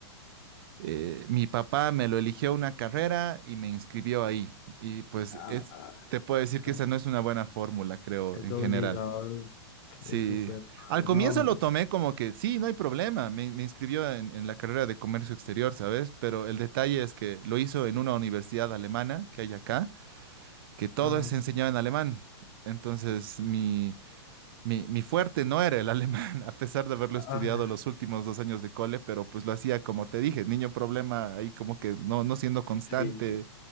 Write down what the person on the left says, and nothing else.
Ah,
ah,
no,
eso
obligado
es súper malo.
No,
ah,
ah.
Sí, sí,